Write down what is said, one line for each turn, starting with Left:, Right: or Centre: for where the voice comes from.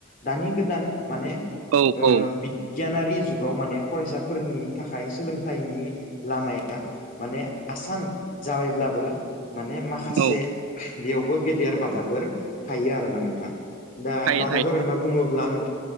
Left: दानि गोदान माने
Right: औ
Left: ओ
Right: औ
Left: बि गियानारि जुगाव माने फरायसाफोरनि थाखाय सोलोंथाइनि लामाया माने आसान जाबायब्लाबो माने माखासे
Right: औ
Left: बेयावबो गेदेर बादाफोर थायो आरोना नोंथां। दा
Right: थायो
Left: बादाफोर
Right: थायो
Left: होनना बुङोब्ला नों